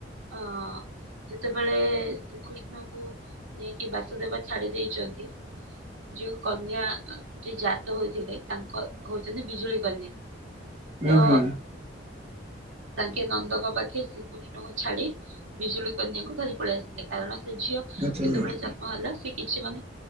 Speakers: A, on the right; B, on the right.
A: ଅ ଯେତେବେଳେ ଶ୍ରୀକୃଷ୍ଣଙ୍କୁ ନେଇକି ବାସୁଦେବ ଛାଡ଼ି ଦେଇଛନ୍ତି। ଯୋଉ କନ୍ୟାଟି ଜାତ ହୋଇଥିଲେ ତାଙ୍କ ହଉଛନ୍ତି ବିଜୁଳି କନ୍ୟା
B: ହୁଁ
A: ତ
B: ହୁଁ ହୁଁ
A: ତାଙ୍କେ ନନ୍ଦକ ପାଖେ ଶ୍ରୀକୃଷ୍ଣଙ୍କୁ ଛାଡ଼ି ବିଜୁଳି କନ୍ୟାଙ୍କୁ ଧରି ପଳେଇ ଆସିଥିଲେ କାରଣ ସେ ଝିଅ
B: ଆଚ୍ଛା
A: ଯେତେବେଳେ
B: ହୁଁ ହୁଁ
A: ଜନ୍ମ ହେଲା ସେ କିଛି ମାନେ